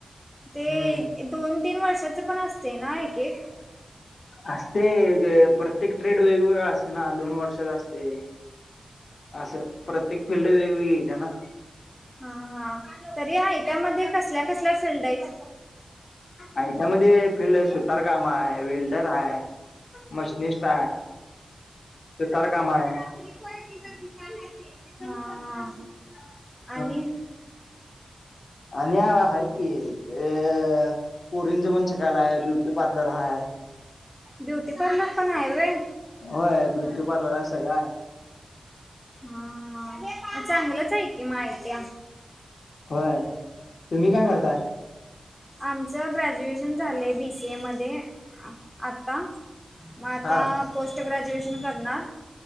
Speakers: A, in the centre; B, on the left.
A: ते
B: हम्म
A: दोन तीन वर्षाच पण असते ना एक एक.
B: असते प्रत्येक ट्रेड वेगवेगळा असते ना दोन वर्षचा असते. असं प्रत्येक फिल्ड वेगवेगळी येत्या ना.
A: हा हा तर या आयटीआय मध्ये कसल्या कसल्या फिल्ड आहेत.
B: आयटीआय मध्ये फिल्ड सुतार काम आहे वेल्डर आहे मशनिस्ट. सुतार काम आहे.
A: <unintelligible>
B: <unintelligible>
A: हा आणि.
B: आणि आहेत की अ पोरीनच पण शिकायला आहे ब्य. ब्युटी पार्लर आहे.
A: ब्युटी पार्लर पण आहे व्हय
B: होय ब्युटी पार्लर आहे सगळ आहे.
A: हा हा चांगलंच आहे की मग आयटीआय.
B: होय. तुम्ही काय करताय?
A: आमचं ग्रॅज्युएशन झालंय बीसीए मध्ये. आत्ता मग आता
B: हा
A: पोस्ट ग्रॅज्युएशन करणार,